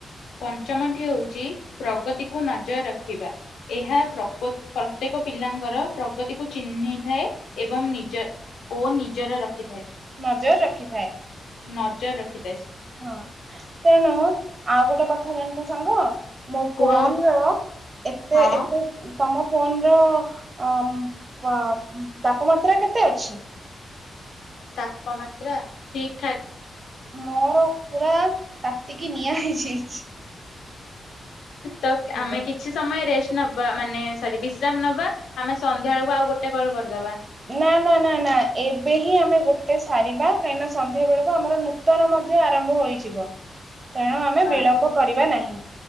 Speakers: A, on the left (about 80°); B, on the right (about 40°).
A: ପଞ୍ଚମଟି ହେଉଚି ପ୍ରଗତିକୁ ନଜର ରଖିବା, ଏହା ପ୍ରପ ପ୍ରତ୍ୟେକ ପିଲାଙ୍କର ପ୍ରଗତିକୁ ଚିହ୍ନିଥାଏ ଏବଂ ନିଜ ଓ ନିଜର ରଖି
B: ନଜର ରଖିଥାଏ।
A: ନଜର ରଖିଥାଏ।
B: ହଁ ତେଣୁ ଆଉ ଗୋଟେ କଥ ଥା ଜାଣିଚ ସାଙ୍ଗ ମୋ
A: କୁହ
B: ଫୋନ ର ଏତେ
A: ହଁ
B: ଏତେ ତମ ଫୋନ ର ଅ-ପ ତାପମାତ୍ରା କେତେ ଅଛି?
A: ତାପମାତ୍ରା ଠିକ ଠାକ।
B: ମୋର ପୁରା ତାତିକି ନିଆଁ ହେଇଯାଇଚି।
A: ତ ଆମେ
B: ଅଛି।
A: କିଛି ସମୟ ରେଷ୍ଟ ନବା, ମାନେ ସରି ବିଶ୍ରାମ ନବା ଆମେ ସନ୍ଧ୍ୟା ବେଳକୁ ଆଉ ଗୋଟେ କଲ କରିଦବା।
B: ନା ନା ନା ନା ଏବେ ହିଁ ଆମେ ଗୋଟେ ସାରିବା କାହିଁକିନା ସନ୍ଧ୍ୟା ବେଳକୁ ଆମର ନୂତନ ମଧ୍ୟ ଆରମ୍ଭ ହୋଇଯିବ। ତେଣୁ ଆମେ
A: ହଁ
B: ବିଳମ୍ବ କରିବା ନାହିଁ,